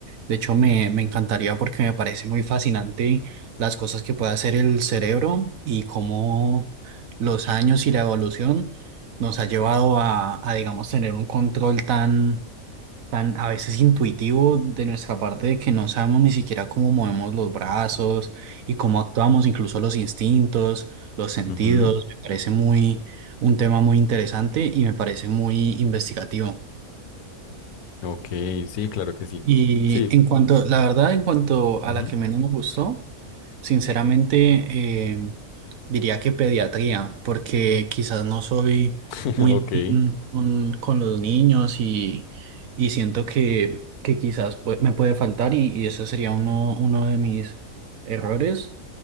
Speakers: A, on the right (about 70°); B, on the left (about 90°).
A: De hecho, me, me encantaría porque me parece muy fascinante las cosas que puede hacer el cerebro y cómo los años y la evolución nos ha llevado a, a, digamos, tener un control tan, tan a veces intuitivo de nuestra parte de que no sabemos ni siquiera cómo movemos los brazos y cómo actuamos, incluso los instintos, los sentidos.
B: Ujú,
A: Me parece muy, un tema muy interesante y me parece muy investigativo.
B: Ok, sí, claro que sí.
A: Y
B: Sí,
A: en cuanto, la verdad, en cuanto a
B: ujú,
A: la que menos me gustó, sinceramente eh, diría que pediatría, porque quizás no soy
B: <laughs>
A: muy
B: Ok,
A: afín con, con los niños y, y siento que, que quizás pue- me puede faltar y, y ese sería uno, uno de mis errores